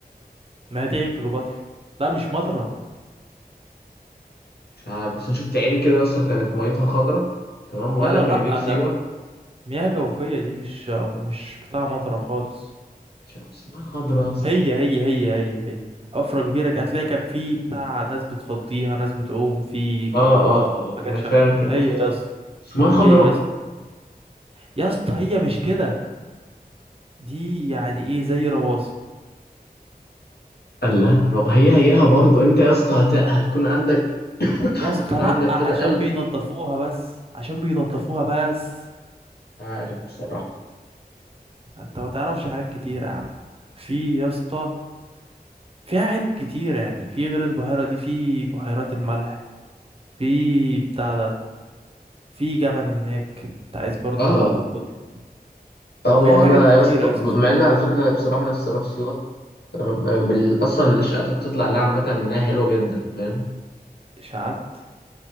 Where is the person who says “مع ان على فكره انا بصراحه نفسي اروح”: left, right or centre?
Left